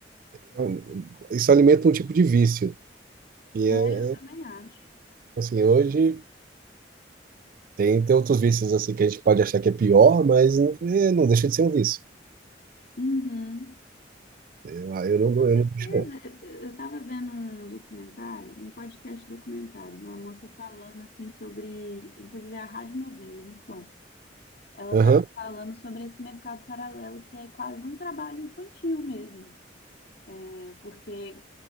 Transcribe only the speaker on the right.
é um- isso alimenta um tipo de vício. E
é
é,
assim, hoje tem, tem outros vícios assim que a gente pode achar que é pior, mas não, é, não deixa de ser um vício.
Eu, ah, eu
não,
eu não deixo, não.
Aham,